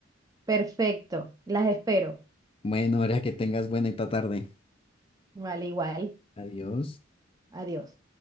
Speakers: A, on the right; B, on the left.
A: Perfecto, las espero.
B: Bueno, María, que tengas buena y ta tarde.
A: Vale, igual.
B: Adiós.
A: Adiós.